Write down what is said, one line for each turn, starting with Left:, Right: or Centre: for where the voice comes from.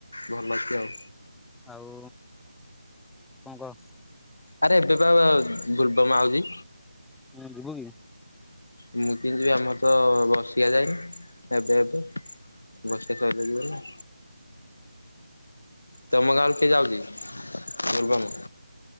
Left: ଭଲ ଅଛି ଆଉ।
Centre: ଆଉ କଣ କହ?
Left: ଆରେ ଏବେ ବୋଲବମ ଆଉ ଚି।
Centre: ହଁ ଯିବୁକି?
Left: ମୁଁ କେମିତି ଯିବି ଆମର ତ ବାର୍ଷିକୀୟା ଯାଇନି ଏବେ ଏବେ, ବର୍ଷେ ସଇଲେ ଯିବ ନା। ତମ ଗାଁ ରୁ କିଏ ଯାଉଚି ବୋଲବମ୍,?